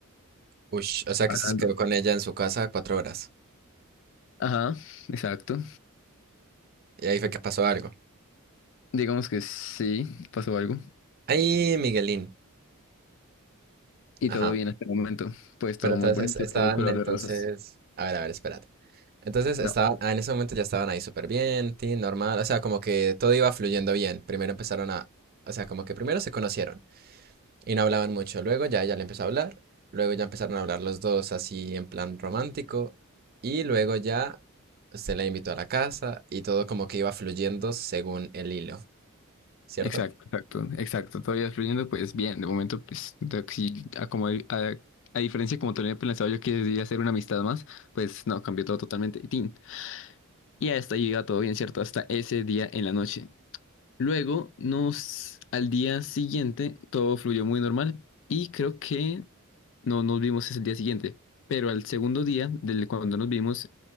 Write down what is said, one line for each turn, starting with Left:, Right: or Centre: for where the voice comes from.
Right: Ush, o sea que
Left: hablando.
Right: usted se quedó con ella en su casa cuatro horas.
Left: Ajá, exacto.
Right: Y ahí fue que pasó algo.
Left: Digamos que sí, pasó algo.
Right: Ay, Miguelín.
Left: Y
Right: Ajá.
Left: todo bien hasta el momento. Pues todo
Right: Pero entonces
Left: muy bonito,
Right: es- estaban
Left: todo color
Right: entonces,
Left: de rosas.
Right: a ver, a ver, espérate. Entonces estaban,
Left: No,
Right: ah, en ese momento ya estaban ahí súper bien, tin, normal, o sea, como que todo iba fluyendo bien. Primero empezaron a, o sea, como que primero se conocieron y no hablaban mucho, luego ya ella le empezó a hablar, luego ya empezaron a hablar los dos así en plan romántico y luego ya se la invitó a la casa y todo como que iba fluyendo según el hilo, ¿cierto?
Left: exacto, exacto, exacto. Todavía fluyendo, pues bien, de momento, pues, de- sí, a, como, a, a diferencia como tenía pensado yo que debía hacer una amistad más, pues no, cambió todo totalmente. Y tin, Y hasta ahí iba todo bien, ¿cierto? Hasta ese día en la noche. Luego, nos, al día siguiente, todo fluyó muy normal y creo que no nos vimos ese día siguiente. Pero al segundo día, del cuando nos vimos,